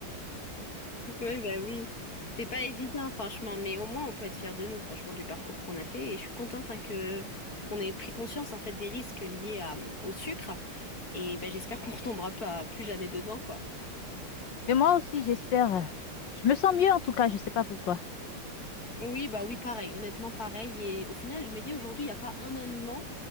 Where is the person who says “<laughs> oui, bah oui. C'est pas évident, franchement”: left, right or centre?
Left